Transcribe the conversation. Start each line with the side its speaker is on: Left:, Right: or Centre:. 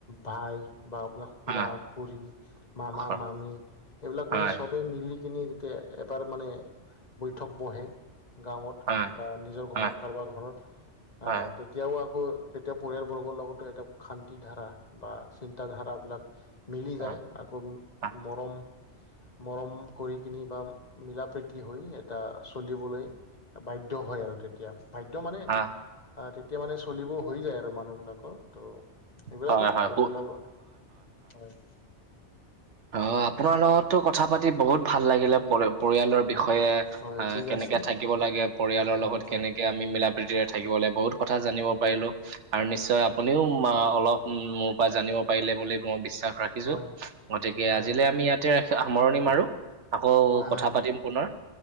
Left: ভাই বা আপোনাৰ খুৰা-খুৰি,
Right: হয়
Left: মামা-মামি
Right: হয়
Left: এইবিলাক
Right: হয়
Left: মানে
Right: হয়
Left: চবেই মিলি কিনি যেতিয়া এবাৰ মানে বৈঠক বহে গাঁৱত
Right: হয় হয়
Left: বা নিজৰ
Right: হয়
Left: ঘৰত কাৰোবাৰ ঘৰৰ আহ'
Right: হয়
Left: তেতিয়াও আকৌ তেতিয়া পৰিয়ালবৰ্গৰ লগতো এটা শান্তি ধাৰা বা চিন্তাধাৰাবিলাক মিলি
Right: হয়
Left: যায় আকৌ
Right: হয়
Left: মৰম- মৰম কৰি কিনি বা মিলা প্ৰীতি হৈ এটা চলিবলৈ বাধ্য হয় আৰু তেতিয়া। বাধ্য মানে
Right: হয়
Left: আহ' তেতিয়া মানে চলিবও হৈ যায় আৰু মানুহ বিলাকৰ ত' সেইবিলাকে
Right: হয় হয়
Left: পৰিয়ালৰ,
Right: পু
Left: হয়।
Right: অ, আপোনাৰ লগততো কথা পাতি বহুত ভাল লাগিলে প পৰিয়ালৰ বিষয়ে
Left: হয়
Right: আহ'
Left: ঠিক
Right: কেনেকে
Left: আছে
Right: থাকিব লাগে পৰিয়ালৰ
Left: হয়
Right: লগত
Left: হয়
Right: কেনেকে আমি মিলা প্ৰীতিৰে থাকিব লাগে। বহুত কথা জানিব পাৰিলো আৰু নিশ্চয় আপুনিও অলপ উমঁ' মোৰ পৰা জানিব পাৰিলে বুলি মই বিশ্বাস ৰাখিছো।
Left: হয়
Right: গতিকে
Left: হয়
Right: আজিলৈ আ আমি ইয়াতে ৰাখি সামৰণি মাৰো আকৌ
Left: হয়
Right: কথা
Left: হয়
Right: পাতিম পুণৰ।